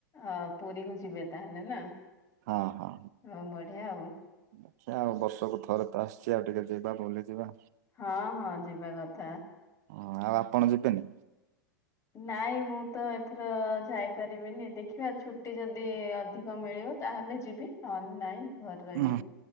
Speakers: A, on the left (about 25°); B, on the right (about 55°).
A: ଅ ପୁରୀକୁ ଯିବେ ତାହେଲେ ନା
B: ହଁ ହଁ
A: ହଉ ବଢିଆ ଆଉ।
B: ଦେଖିଆ ଆଉ ବର୍ଷକୁ ଥରେ ତ ଆସିଛି ଆଉ ଟିକେ ଯିବା ବୁଲିଯିବା।
A: ହଁ ହଁ ଯିବା କଥା।
B: ହଁ ଆଉ ଆପଣ ଯିବେନି?
A: ନାଇଁ ମୁଁ ତ ଏଥର ଯାଇପାରିବିନି ଦେଖିବା ଛୁଟି ଯଦି ଅଧିକ ମିଳିବ ତାହେଲେ ଯିବି ନହେଲେ ନାଇଁ ଘରେ ରହିବି।
B: ହୁଁ